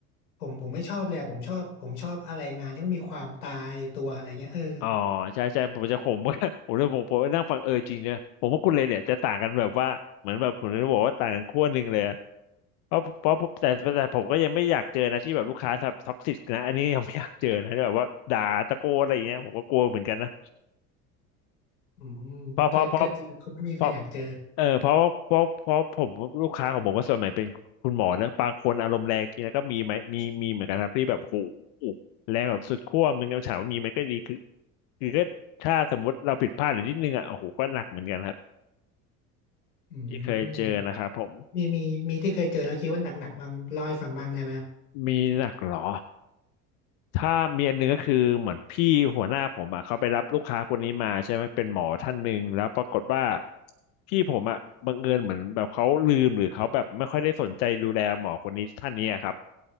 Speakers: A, on the left; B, on the left.
A: ผมผมไม่ชอบเลยอะผมชอบผมชอบอะไรงานที่มันมีความตายตัวอะไรเงี้ยเออ
B: อ๋อใช่ใช่ผมจะขม <laughs> ว่าผมเลยบอกผมนั่งฟังเออจริงเนี่ยผมว่าคุณเลยเนี่ยจะต่างกันแบบว่าเหมือนแบบผมจะบอกว่าต่างกันขั้วหนึ่งเลยอะเพราะเพราะแต่แต่ผมก็ยังไม่อยากเจอนะที่แบบลูกค้าท็อกซิกนะอันนี้ยังไม่อยากเจอนะที่แบบว่าด่าตะโกนอะไรอย่างเงี้ยผมก็กลัวเหมือนกันนะ
A: อืมก็ก็จริงคงไม่มีใครอยากเจอ
B: เพราะเพราะเพราะเพราะเออเพราะว่าเพราะเพราะผมลูกค้าของผมก็ส่วนใหญ่เป็นคุณหมอนะบางคนอารมณ์แรงจริงนะก็มีไหมมีมีเหมือนกันครับที่แบบโอ้โหแรงแบบสุดขั้วมึงก็ถามว่ามีไหมก็ดีคือ คือก็ถ้าสมมุติเราผิดพลาดหรือนิดนึงอ่ะโอ้โหก็หนักเหมือนกันครับ
A: อื
B: ที่เคยเจอนะครับผม
A: มมีมีมีที่เคยเจอแล้วคิดว่าหนักๆบ้างเล่าให้ฟังบ้างได้ไหมครับ
B: มีหนักเหรอถ้ามีอันหนึงก็คือเหมือนพี่หัวหน้าผมอ่ะเขาไปรับลูกค้าคนนี้มาใช่ไหมเป็นหมอท่านหนึ่งแล้วปรากฏว่าพี่ผมอ่ะบังเอิญเหมือนแบบเขาลืมหรือเขาแบบไม่ค่อยได้สนใจดูแลหมอคนนี้ท่านนี้อะครับ